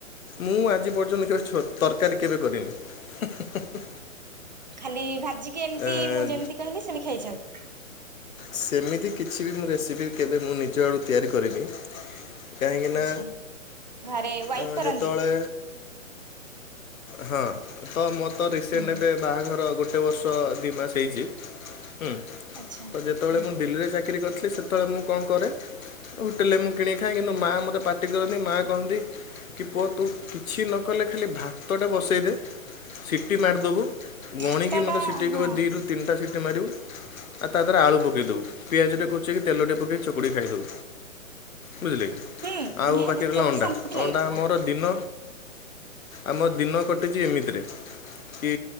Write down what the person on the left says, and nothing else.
ମୁଁ ଆଜି ପର୍ଯ୍ୟନ୍ତ କେବେ ଛୋ ତରକାରୀ କେବେ କରିନି।
ଏଁ
ସେମିତି କିଛି ବି ମୋ ରେସିପି କେବେ ମୁଁ ନିଜ ଆଡ଼ୁ ତିଆରି କରିନି। କାହିଁକିନା
ଅଁ
ଯେତେବେଳେ ହଁ ତ ମୋ ତ ରିସେଣ୍ଟ
ଏବେ ବାହାଘର ଗୋଟେ ବର୍ଷ ତ ଦି ମାସ ହେଇଚି ହୁଁ
ତ ଯେତେବେଳେ
ମୁଁ ଦିଲ୍ଲିରେ ଚାକିରି କରିଥିଲି ସେତେବେଳେ ମୁଁ କଣ କରେ ହୋଟେଲରେ ମୁଁ କିଣି ଖାଏ କିନ୍ତୁ ମା ମୋତେ ପାର୍ଟି କରନ୍ତି ମା କହନ୍ତି କି ପୁଅ ତୁ କିଛି ନ କଲେ ଖାଲି ଭାତଟେ ବସ ଟେ ଇ ଦେ ସିଟି ମାରିଦବୁ ଗଣିକି
ମତେ
ସିଟି
ଦବ ଦୁଇ ତିନିଟା ସିଟି ମାରିବୁ ଆ ତା ଦେହରେ ଆଳୁ ପକେଇ ପକେଇ ଦଉ ପିଆଜଟେ କୁଚେଇକି ତେଲଟେ ପକେଇକି ଚକୁଡ଼ି ଖାଇଦେଉ ବୁଝିଲେ କି।
ଆଉ
ବାକି ରହିଲା
ଅଣ୍ଡା
ଅଣ୍ଡା ମୋର ଦିନ ଆମ ଦିନ କଟିଚି ଏମିତିରେ କି